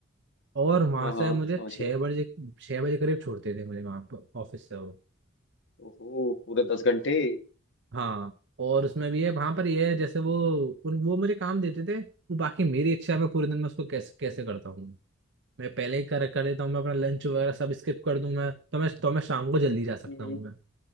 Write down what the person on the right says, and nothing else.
और वहां
से
मुझे
छह
बजे छह बजे करीब छोड़ते थे मुझे वहां पर ऑफिस से वो
हाँ और उसमें भी है वहां पर ये है जैसे वो उन वो मुझे काम देते थे वो बाकी मेरी इच्छा है मैं पूरे दिन में उसको कैसे कैसे करता हूँ मैं पहले ही कर कर देता हूँ मैं अपना लंच वगैरह सब स्किप कर दूं मैं तो मैं तो मैं शाम को जल्दी जा सकता
हूँ